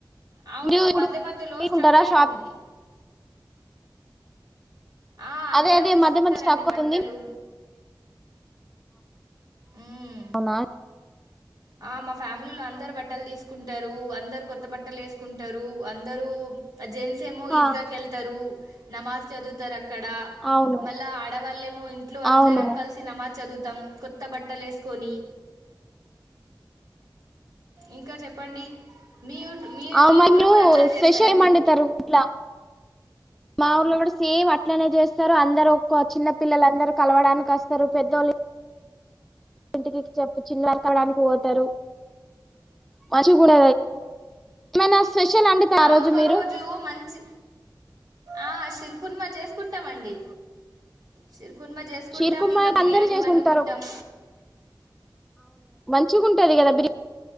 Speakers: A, on the right; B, in the centre.
A: అవును
B: మీరు ఇప్పుడు
A: మధ్య మధ్యలో స్ట్రక్
B: ఉంటారా
A: అయితుంది
B: షాప్
A: ఆ అందరు
B: అదే అదే
A: తీసుకుంటారండి
B: మధ్య మధ్య స్ట్రక్ అవుతుంది
A: బట్టలు మ్మ్
B: అవునా
A: ఆ మా ఫ్యామిలీలు అందరు బట్టలు తీసుకుంటారు అందరు కొత్త బట్టలు వేసుకుంటారు అందరూ ఆ జెంట్స్ ఏమో ఇద్గాకెళ్తారు
B: ఆ
A: నమాజ చదువుతరక్ అక్కడ
B: అవును
A: మళ్ళా ఆడవాళ్ళేమో ఇంట్లో అందరం
B: అవును
A: కలిసి నమాజ్ చదువుతాం కొత్త బట్టలు వసుకొని ఇంకా చెప్పండి మీ ఊ- మీ
B: ఆ
A: మీ
B: మ
A: ఊర్లో
B: మీరు
A: కూడా అట్లనే
B: స్వెష
A: చేస్తారండి
B: ఏ మండుతారు ఇట్లా మా ఊర్ళ కూడా సేమ్ అట్లనే చేస్తారు అందరు ఒ చిన్న పిల్లలందరుూ కలవడానికి వస్తారు పెద్దోళ్ళు ఇంటికి చెప్పు చిన్న వర కావడానికి పోతారు మంచి కూడా ఏమైనా స్పెషల్ వండుతా
A: ఆ ఒక్క
B: మీరు
A: రోజు మంచి ఆ శిర్ కుర్మా చేసుకుంటామండి చిరుకునుమ చేసుకుంటాం
B: షీర్కుర్మా
A: ఇంకా
B: అయితే
A: బిర్యానీ
B: అందరు చేసుకుంటారు
A: వండుకుంటాం
B: మచ్చుకుంటుంది కదా బిర్